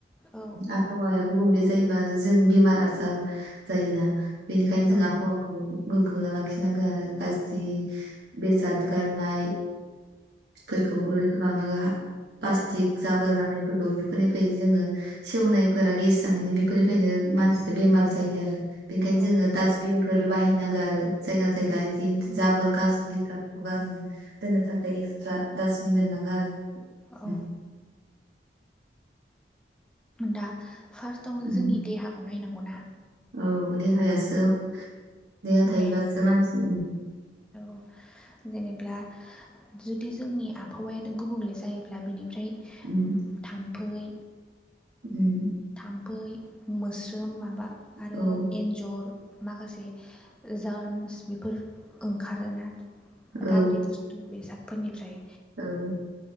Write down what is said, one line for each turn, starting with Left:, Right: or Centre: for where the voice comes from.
Centre: औ
Right: आबहावाया गुबुंले जायो जों बेमार आजार जायोना बेनिखायनो जों
Centre: औ
Right: आबहावाखौ गोग्गो लाखिनांगौ आरो गाज्रि बेसाद गारनाय फोरखौ रैखा खालामनांगौ प्लास्टिक जाबोर जानायफोरखौ बेफोरनिफ्राय जोङो सेवनायफोरा गेस जानानै बेफोरनिफ्रायनो मानसिया बेमार जायो आरो बेनिखायनो
Centre: औ
Right: जोङो डास्टबिनफोर बाहायनांगौ आरो जायगा जायगा इदि जाबोर गाज्रि लिटारफोरखौ गार दोननो थाखाय एक्सट्रा डासबिन दोननांगौ आरो
Centre: औ
Right: उम।
Centre: दा फार्स्टआवनो
Right: उम।
Centre: जोंनि देहाखौ नायनांगौना
Right: औ देहायासो देहा थायोब्लासो
Centre: मेन
Right: मानसि
Centre: औ जेनेबा जुदि जोंनि आबहावायानो गुबुंले जायोब्ला बिनि ओमफ्राय
Right: उम
Centre: थाम्फै
Right: उम
Centre: थामफै मोस्रोम माबा आरो
Right: औ
Centre: एन्जर माखासे जार्मस बेफोर ओंखारोना
Right: औ
Centre: गाज्रि बुस्थु बेसादफोरनिफ्राय
Right: औ